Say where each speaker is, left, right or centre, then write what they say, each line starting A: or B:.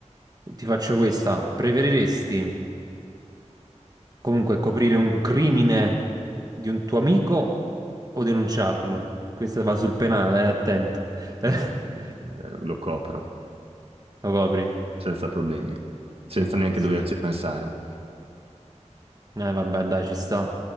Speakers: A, on the right; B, on the right.
A: Ti faccio questa. Preferiresti comunque coprire un crimine di un tuo amico o denunciarlo? Questa va sul penale, eh, attento.
B: No,
A: <laughs>
B: eh, lo copro,
A: Lo copri?
B: senza problemi, senza neanche
A: Sì.
B: doverci pensare.
A: Eh, vabbè, dai, ci sta.